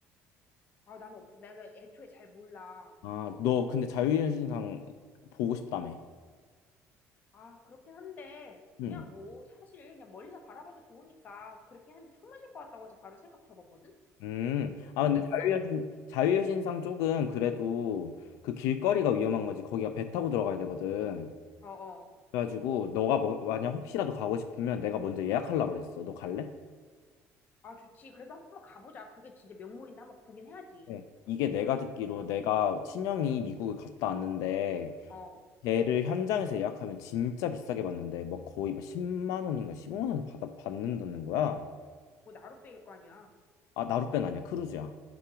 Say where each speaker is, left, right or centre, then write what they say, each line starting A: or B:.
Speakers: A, on the left; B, on the left.
A: 아, 나는 없어. 내가 애초에 잘 몰라.
B: 아, 너 근데 자유여신상 보고 싶다며.
A: 아, 그렇긴 한데, 그냥
B: 응.
A: 뭐, 사실 그냥 멀리서 바라봐도 좋으니까 그렇긴 한데 총 맞을 것 같다고 해서 바로 생각 접었거든?
B: 음. 아,
A: 너는
B: 근데
A: 있어?
B: 자유여신, 자유여신상 쪽은 그래도 그 길거리가 위험한 거지. 거기가 배 타고 들어가야 되거든.
A: 어어.
B: 그래가지고 너가 뭐, 만약 혹시라도 가고 싶으면 내가 먼저 예약하려고 그랬어. 너 갈래?
A: 아, 좋지. 그래도 한번 가보자. 그게 진짜 명물인데 한번 보긴 해야지.
B: 네. 이게 내가 듣기로 내가 친형이 미국을 갔다 왔는데
A: 어,
B: 걔를 현장에서 예약하면 진짜 비싸게 받는데 막 거의 막 10만 원인가 15만 원 받아 받는다는 거야.
A: 뭐 나룻배일 거 아니야.
B: 아 나룻배는 아니야 크루즈야.